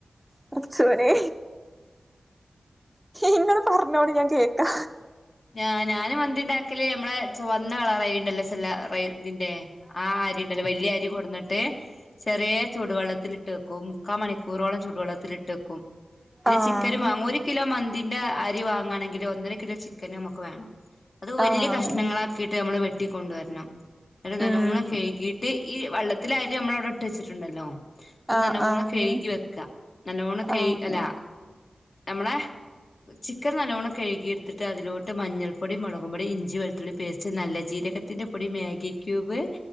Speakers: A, in the centre; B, on the left.
A: പടച്ചോനെ. ഇങ്ങള് പറഞ്ഞോളി ഞാൻ കേക്കാ.
B: ഞാന ഞാന് മന്തി ഇണ്ടാക്കല് മ്മളെ ചുവന്ന കളറായിണ്ടല്ലോ സെല്ല ഇതിന്റെ. ആഹ് അരി ഇണ്ടല്ലോ വല്യ അരി കൊട്ന്നിട്ട്. ചെറിയ ചൂടുവെള്ളത്തിലിട്ട് ഇട്ട് വെക്കും മുക്കാൽ മണിക്കൂറോളം ചൂടുവെള്ളത്തിലിട്ട് വെക്കും. പിന്നെ
A: ആഹ്
B: ചിക്കനും വാങ്ങു ഒരു കിലോ മന്തിന്റെ അരി വാങ്ങാണെങ്കിൽ ഒന്നര കിലോ ചിക്കന് നമുക്ക് വേണം. അത് വലിയ
A: ആഹ്
B: കഷ്ണങ്ങളാക്കിയിട്ട് നമ്മൾ വെട്ടിക്കൊണ്ടുവരണം ഒരു നല്ലമൂണൊക്കെ
A: ഉം
B: കഴുകിട്ട് ഈ വെള്ളത്തില് അരി നമ്മള അവിടെ ഇട്ട് വെച്ചിട്ടുണ്ടല്ലോ അത്
A: ആഹ്
B: നല്ലോണം
A: ആഹ്
B: കഴുകി വെക്ക നല്ലോണ്ണം കഴി
A: ആഹ്
B: അല്ലാ നമ്മളെ ചിക്കൻ നല്ലവണ്ണം കഴുകി എടുത്തിട്ട് ഇട്ട് അതിലോട്ട് മഞ്ഞൾപ്പൊടി മുളകും പൊടി ഇഞ്ചി വെളുത്തുള്ളി പേസ്റ്റ് നല്ല ജീരകത്തിൻ്റെ പൊടി മാഗി ക്യൂബ്